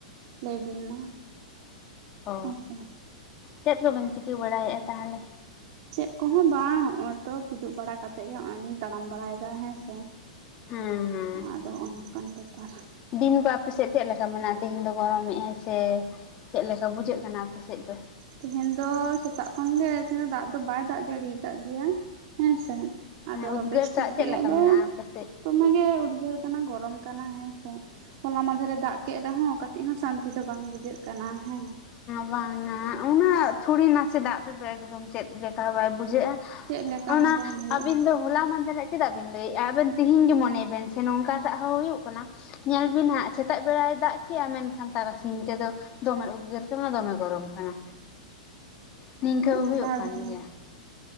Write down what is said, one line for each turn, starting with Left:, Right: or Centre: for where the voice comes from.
Right: ᱞᱟᱹᱭᱵᱤᱱ ᱢᱟ
Left: ᱚ
Right: ᱦᱮᱸᱥᱮ
Left: ᱪᱮᱫ ᱠᱚᱵᱮᱱ ᱪᱤᱠᱟᱹ ᱵᱟᱲᱟᱭᱮᱫᱼᱟ ᱛᱟᱦᱚᱞᱮ
Right: ᱪᱮᱫ ᱠᱚᱦᱚᱸ ᱵᱟᱝ ᱱᱚᱜ-ᱚᱭ ᱛᱚ ᱠᱤᱫᱩᱵ ᱵᱟᱲᱟ ᱠᱟᱛᱮᱜ ᱜᱮ ᱱᱚᱜ-ᱚᱭ ᱞᱤᱧ ᱛᱟᱲᱟᱢ ᱵᱟᱲᱟᱭᱮᱫᱟ ᱦᱮᱸ ᱥᱮ
Left: ᱦᱮᱸ ᱦᱮᱸ
Right: ᱟᱫᱚ ᱱᱚᱝᱠᱟᱱ ᱵᱮᱯᱟᱨ
Left: ᱫᱤᱱ ᱠᱚ ᱟᱯᱮ ᱥᱮᱫ ᱪᱮᱫ ᱞᱮᱠᱟ ᱢᱮᱱᱟᱜᱼᱟ ᱛᱮᱦᱮᱧ ᱫᱚᱭ ᱜᱚᱨᱚᱢᱮᱫ-ᱟᱭ ᱥᱮ ᱪᱮᱫ ᱞᱮᱠᱟ ᱵᱩᱡᱷᱟᱹᱜ ᱠᱟᱱᱟ ᱟᱯᱮᱥᱮᱫ ᱫᱚ
Right: ᱛᱮᱦᱮᱧ ᱫᱚ ᱥᱮᱛᱟᱜ ᱠᱷᱚᱱ ᱜᱮ ᱛᱮᱦᱮᱧ ᱫᱚ ᱫᱟᱜ ᱫᱚ ᱵᱟᱭ ᱫᱟᱜ ᱡᱟᱹᱲᱤ ᱟᱠᱟᱫ ᱜᱮᱭᱟ ᱦᱮᱸᱥᱮ ᱟᱫᱚ
Left: ᱦᱮᱸ ᱩᱫᱽᱜᱟᱹᱨ
Right: ᱵᱮᱥ
Left: ᱴᱟᱜ
Right: ᱴᱷᱤᱠ
Left: ᱪᱮᱫ
Right: ᱜᱮᱭᱟ
Left: ᱞᱮᱠᱟ
Right: ᱟᱫᱚ
Left: ᱢᱮᱱᱟᱜᱼᱟ ᱟᱯᱮ ᱥᱮᱫ
Right: ᱫᱚᱢᱮ ᱜᱮ ᱩᱫᱽᱜᱟᱹᱨ ᱠᱟᱱᱟ ᱜᱚᱨᱚᱢ ᱠᱟᱱᱟ ᱦᱮᱸᱥᱮ ᱦᱚᱞᱟ ᱢᱟᱫᱷᱮ ᱨᱮ ᱫᱟᱜ ᱠᱮᱫ ᱨᱮᱦᱚᱸ ᱠᱟᱹᱴᱤᱡ ᱦᱚᱸ ᱥᱟᱱᱼᱼ ᱛᱤ ᱫᱚ ᱵᱟᱝ ᱵᱩᱡᱷᱟᱹᱜ ᱠᱟᱱᱟ ᱦᱮᱻ
Left: ᱵᱟᱝᱼᱟ ᱩᱱᱟᱹᱜ ᱛᱷᱩᱲᱤ ᱱᱟᱥᱮ ᱫᱟᱜ ᱛᱮᱫᱚ ᱮᱠᱫᱚᱢ ᱪᱮᱫ ᱞᱮᱠᱟ ᱵᱟᱭ ᱵᱩᱡᱷᱟᱹᱜᱼᱟ
Right: ᱪᱮᱫ ᱞᱮᱠᱟ
Left: ᱚᱱᱟ
Right: ᱦᱚᱸ ᱵᱟᱝ ᱦᱩᱭᱩᱜᱼᱟ
Left: ᱟᱹᱵᱤᱱ ᱫᱚ ᱦᱚᱞᱟ ᱢᱟᱦᱫᱷᱮᱨ ᱟᱜ ᱪᱮᱫᱟᱜ ᱵᱤᱱ ᱞᱟᱹᱭ ᱮᱫᱼᱟ ᱟᱵᱮᱱ ᱛᱤᱦᱤᱧ ᱜᱮ ᱢᱚᱱᱮ ᱵᱤᱱ ᱥᱮ ᱱᱚᱝᱠᱟᱴᱟᱜ ᱦᱚᱸ ᱦᱩᱭᱩᱜ ᱠᱟᱱᱟ ᱧᱮᱞ ᱵᱤᱱ ᱦᱟᱸᱜ ᱥᱮᱛᱟᱜ ᱵᱮᱲᱟᱭ ᱫᱟᱜ ᱠᱮᱫᱼᱟ ᱢᱮᱱᱠᱷᱟᱱ ᱛᱟᱨᱟᱥᱤᱧ ᱛᱮᱫᱚ ᱫᱚᱢᱮ ᱩᱫᱽᱜᱟᱹᱨ ᱠᱟᱱᱟ ᱫᱚᱢᱮ ᱜᱚᱨᱚᱢ ᱠᱟᱱᱟ᱾ ᱱᱤᱝᱠᱟᱹ
Right: ᱚᱱᱠᱟᱜᱮ
Left: ᱦᱚᱸ ᱦᱩᱭᱩᱜ ᱠᱟᱱ ᱜᱮᱭᱟ